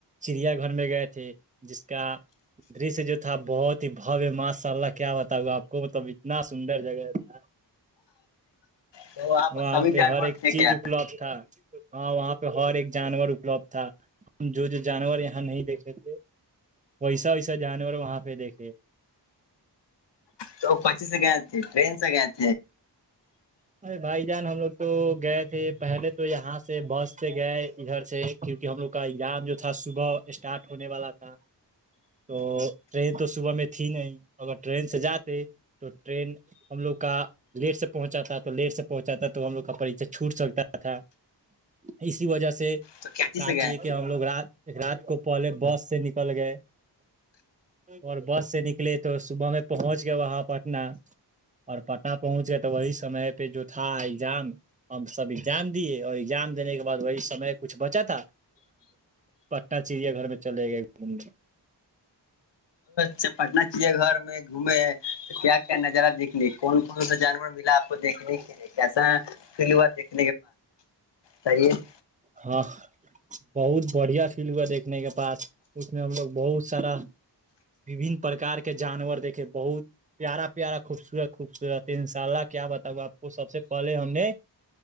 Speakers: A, on the right; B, on the left.
A: چڑیا گھر میں گئے تھے جس کا درش جو تھا بہت ہی بھویہ ماشاء اللہ کیا بتاؤ آپ کو مطلب اتنا سندر جگہ تھا
B: تو پر
A: وہاں
B: سبھی
A: پہ
B: جانور
A: ہر ایک
B: تھے
A: چیز
B: کیا
A: اپلبدھ تھا ہاں وہاں پہ ہر ایک جانور اپلبدھ تھا ہم جو جو جانور یہاں نہیں دیکھے تھے ویسا ویسا جانور وہاں پہ دیکھے
B: تو پچی سے گیا تھے ٹریین سے گیا تھے
A: ارے بھائی جان ہم لوگ تو گئے تھے پہلے تو یہاں سے بس سے گئے ادھر سے کیونکہ ہم لوگ کا ایگزام جو تھا صبح اسٹارٹ ہونے والا تھا تو ٹرین تو صبح میں تھی نہیں اگر ٹرین سے جاتے تو ٹرین ہم لوگ کا لیٹ سے پہنچاتا تھا تو لیٹ سے پہنچاتا تھا تو ہم لوگ کا پریکشہ چھوٹ سکتا تھا اسی وجہ سے
B: تو کراچی
A: کا
B: سے گئے
A: کیے کہ ہم لوگ رات رات کو پہلے بس سے نکل گئے اور بس سے نکلے تو صبح میں پہنچ گئے وہاں پٹنہ اور پٹنہ پہنچ گئے تو وہی سمے پہ جو تھا ایگزام ہم سب ایگزام دیے اور ایگزام دینے کے بعد وہی سمے کچھ بچا تھا پٹنہ چڑیا گھر میں چلے گئے گھومنے
B: تو پٹنہ چڑیا گھر میں گھومے تو کیا کیا نظارہ دیکھنے کون کون سا جانور ملا آپ کو دیکھنے کے لیے کیسا فلوار دیکھ صحیح ہے <inaudible>
A: ہاں بہت بڑھیا فیل ہوا دیکھنے کے پاس اس میں ہم لوگ بہت سارا وبن پرکار کے جانور دیکھے بہت پیارا پیارا خوبصورت خوبصورت ان شاء اللہ کیا بتاؤ آپ کو سب سے پہلے ہم نے